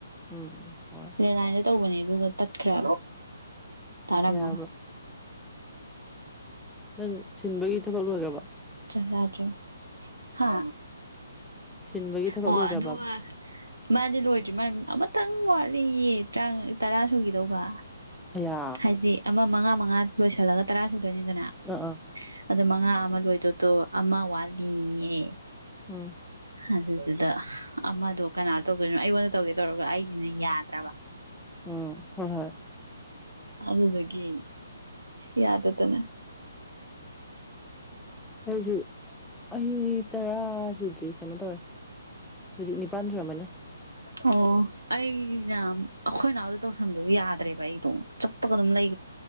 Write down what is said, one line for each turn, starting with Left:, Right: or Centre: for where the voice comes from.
Centre: ꯎꯝ ꯎꯝ ꯍꯣꯏ
Right: ꯂꯦ ꯂꯟꯗ ꯇꯧꯕꯅꯤ ꯇ ꯈ ꯇꯔꯥ
Centre: ꯌꯥꯔꯕ꯭ꯔꯣ
Right: ꯃꯔꯥ
Centre: ꯅꯪ ꯁꯤꯟꯕꯒꯤ ꯊꯕꯛ ꯂꯣꯏꯈ꯭ꯔꯔꯕ
Right: ꯆꯗꯔꯤ ꯍꯥ
Centre: ꯁꯤꯟꯕꯒꯤ ꯊꯕꯛ
Right: ꯑꯣ
Centre: ꯂꯣꯏꯈ꯭ꯔꯕ
Right: ꯑꯗꯨꯒ ꯃꯥꯗꯤ ꯂꯣꯏꯗ꯭ꯔꯤ ꯃꯥ ꯑꯃꯇꯪ ꯋꯥꯠꯂꯤꯌꯦꯥ ꯇꯔꯥ ꯁꯨꯈꯤꯗꯧꯕ
Centre: ꯑꯌꯥ
Right: ꯍꯥꯏꯗꯤ ꯑꯃ ꯃꯉꯥ ꯃꯉꯥ ꯂꯣꯏꯁꯤꯜꯂꯒ ꯇꯔꯥ ꯁꯨꯗꯣꯏꯅꯤꯗꯅ
Centre: ꯑꯥ ꯑꯥ
Right: ꯑꯗꯨ ꯉꯉꯥ ꯑꯃ ꯂꯣꯏꯗꯗꯣ ꯑꯃ ꯋꯥꯠꯂꯤꯌꯦ
Centre: ꯎꯝ
Right: ꯑꯗꯨꯗꯨꯗ ꯑꯃꯗꯣ ꯀꯅꯥ ꯇꯧꯗꯣꯏꯅꯣ ꯑꯩꯉꯣꯟꯗ ꯇꯧꯒꯦ ꯇꯧꯔꯒ ꯑꯩꯁꯤꯅ ꯌꯥꯗ꯭ꯔꯕ
Centre: ꯎꯝ ꯍꯣꯏ ꯍꯣꯏ
Right: ꯑ ꯑꯗꯨꯗꯒꯦ ꯌꯥꯗꯇꯅ
Centre: ꯍꯁꯨꯨ ꯑꯩ ꯇꯔꯥ ꯁꯨꯗ꯭ꯔꯤ ꯀꯩꯅꯣ ꯇꯧꯔꯦ ꯍꯧꯖꯤꯛ ꯅꯤꯄꯜ ꯁꯨꯔꯝꯃꯅꯦ
Right: ꯑꯣ ꯑꯩꯅ ꯑꯩꯈꯣꯏ ꯅꯥꯎꯗ ꯇꯧꯁꯟꯕꯁꯨ ꯌꯥꯗ꯭ꯔꯦꯕ ꯑꯩꯗꯣ ꯆꯞꯄꯒ ꯑꯗꯨꯝ ꯂꯩ